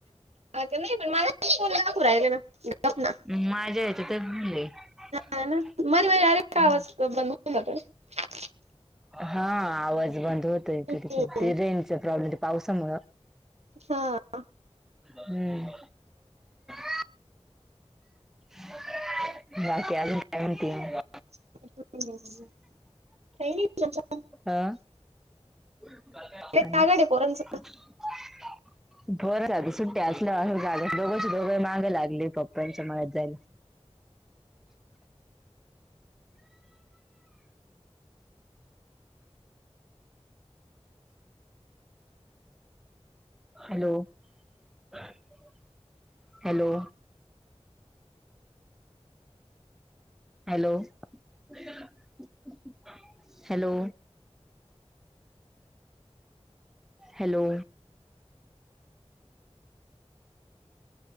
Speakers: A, on the right; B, in the centre.
A: आग नाही, पण माझा <unintelligible> फोन दाखवू राहिले ना? गप ना
B: माझ्या ह्याच्यातच दिलंय.
A: हा ना
B: <inaudible>
A: मध्ये मध्ये डायरेक्ट <unintelligible>
B: हा, आवाज बंद होतंय कधी-कधी.
A: हम्म.
B: ते रेंजचा प्रॉब्ले पावसामुळे
A: हा. <unintelligible>
B: <inaudible> हम्म. <unintelligible> <inaudible> बाकी अजून काय म्हणतीय मग?
A: <unintelligible> काय नाही <unintelligible>
B: अ <unintelligible>
A: आघाड आहे पोरांच
B: <inaudible> पोरंच आधी सुट्ट्या असल्यावर <unintelligible> दोघंची दोघं मागं लागली पप्पांच्या, मळ्यात जायला. Hello <unintelligible> hello. Hello. <unintelligible> Hello! Hello!